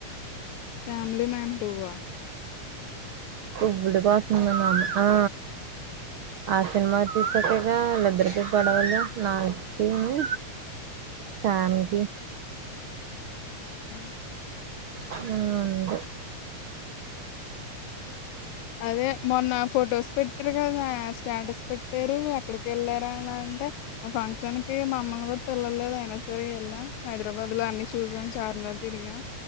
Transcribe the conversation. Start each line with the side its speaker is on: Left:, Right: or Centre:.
Left: ఫ్యామిలీ మాన్ టు వా
Right: కువ్వుడుకోతున్నాను ఆ ఆ సినిమా తీసాకేగా ఇద్దరికి గొడవలు నాగచేకిని సామ్ కి
Left: ఊ
Right: అవునండి
Left: అదే మొన్న ఫొటోస్ పెట్టారు కదా స్టాటస్ పెట్టారు ఎక్కడికి వెళ్ళారా అని అంటే ఆ ఫంక్షన్ కి మమ్మల్ని కూడా పిలవలేదు అయినా సరే ఎ ళ్ళాం హైదరాబాద్ లో అన్ని చూసాం చార్మినార్ తిరిగాం